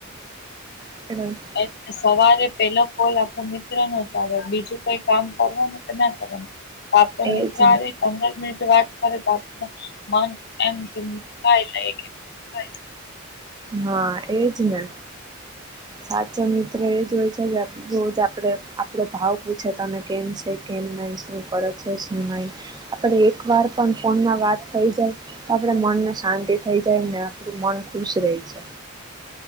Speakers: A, on the right; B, on the left.
A: <inaudible>
B: <inaudible> સવારે પેલો કોલ આપણો મિત્રનો જ આવે બીજું કઈ કામ કરવાનું કે ના કરવાનું આપ તો
A: એજ
B: મિત્ર હારે પંદર મિનિટ વાત કરે તો આપ મન એમ કે <unintelligible>
A: હા એજ ને સાચો મિત્ર એ જોય છે, જે આ રોજ આપડે આપડો ભાવ પૂછે તને કેમ છે, કેમ નહી શું કરે છે શું નહી આપડે એક વાર પણ ફોનમાં વાત થઈ જાય તો આપડે મનને શાંતિ થઈ જાય ને આપણું મન ખુશ રેય છે.